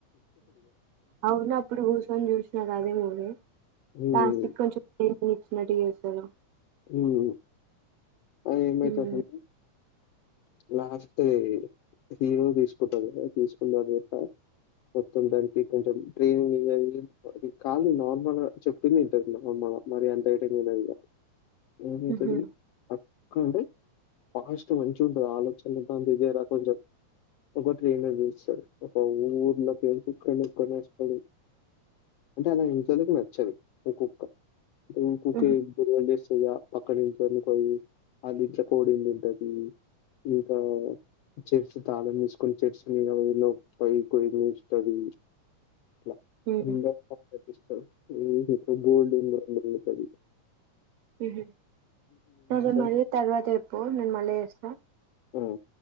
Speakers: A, on the right; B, on the left.
A: అవునా ప్రభు సంజూస్ నగాదే పోతే
B: హ్మ్
A: ఆహ్ సికం చుపుతే. నిచ్ మడిగేస్తారు.
B: ఉమ్ ఆహ్ ఏమైతాది
A: ఉహు.
B: అసలు కి. లాస్ట్ హీరో తీసుకుంటాడు తీసుకున్న తర్వాత మొత్తం దానికి కొంచెం ట్రైనింగ్ అది కాదు నార్మల్ చెప్పింది వింటది నార్మల్ మరి అంతా ఐటమ్ లెదు. ఏం నేచది.
A: ఉహు.
B: అంటే ఫాస్ట్ మంచి ఉంటాది. ఆలోచన దంత ఇదే రా కొంచెం ఒక ట్రైనర్ చూస్తాడు. ఒక ఊర్లోకేంచి ఇక్కడిక్కడనే వేస్తాడు అంటే వాళ్ల ఇంట్లోలకి నచ్చదు ఒక్కొక్క. ఇంకోక్కే
A: ఉహు.
B: గురువు ఏం చేస్తాడు. ఆహ్ పక్క నించోనికి పోయి. ఆళ్ళ ఇట్ల కోడింగ్ ఉంటది. ఇంకా చర్చ్ తాళం తీసుకుని చర్చి మీద లో పై కోయి కూర్చుంటది. అట్లా
A: ఉహు.
B: రింగ పప్ తెప్పిస్తాడు. ఉహూ బోల్డ్ ఉదుతది
A: ఉహు. సరే మరి
B: <inaudible>
A: తర్వాత చెప్పు నేను మళ్ళా చేస్తా.
B: ఆహ్